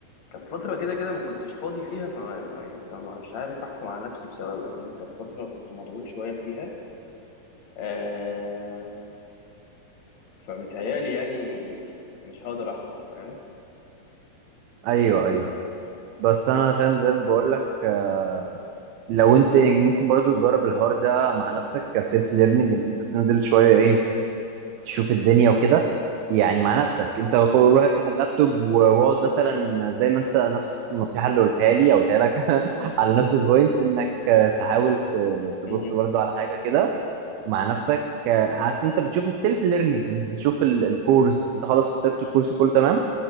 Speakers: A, on the left; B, on the right.
A: كانت فترة كده كده ما كنتش فاضي فيها فما ما يعني فمش عارف أحكم على نفسي بسببها لأن كانت فترة كنت مضغوط شوية فيها آه فبيتهيألي يعني مش هقدر أحكم فاهم
B: ايوه ايوه بس انا فاهم زي ما بقول لك آه، لو انت ممكن برضو تجرب الحوار ده مع نفسك كسيلف ليرنينج اللي انت تنزل شويه ايه تشوف الدنيا وكده يعني مع نفسك انت
A: مم.
B: خ- روح افتح اللابتوب واقعد مثلا زي ما انت نفس النصيحه اللي قلتها لي او قلتها لك <laughs> على نفس البوينت انك آه، تحاول ت- تبص
A: مم.
B: برضو على حاجه كده مع نفسك آه، عشان انت بتشوف السيلف ليرنينج مش بتشوف ال- الكورس انت خلاص اخترت الكورس كله تمام